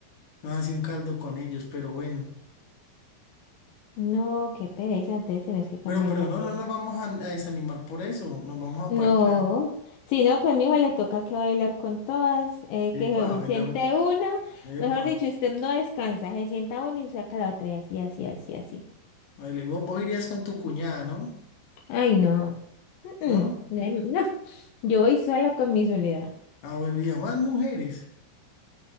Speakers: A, on the left; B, on the left.
A: nos hace un caldo con ellos, pero bueno.
B: No, qué pereza, entonces tenés que cambiar
A: Pero, pero
B: de amigos.
A: no, no nos vamos a, a desanimar por eso, nos vamos a
B: No,
A: parchar.
B: si no, pues mi hijo le toca que bailar con todas, eh, que
A: Epa,
B: se
A: baila,
B: siente una,
A: epa,
B: mejor dicho, usted no descansa, se sienta una y saca la otra y así, así, así, así.
A: baila. Vos, vos irías con tu cuñada, ¿no?
B: Ay, no, mm,
A: ¿No?
B: mm, ay, no, yo voy sola con mi soledad.
A: Ah, bueno, y a más mujeres.